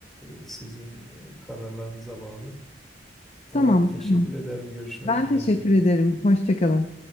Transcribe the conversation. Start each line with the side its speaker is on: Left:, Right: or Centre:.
Centre: e, sizin e, kararlarınıza bağlı. Tamam,
Left: Tamam.
Centre: teşekkür
Left: Tamam.
Centre: ederim. Görüşmek
Left: Ben
Centre: üzere.
Left: teşekkür ederim. Hoşça kalın.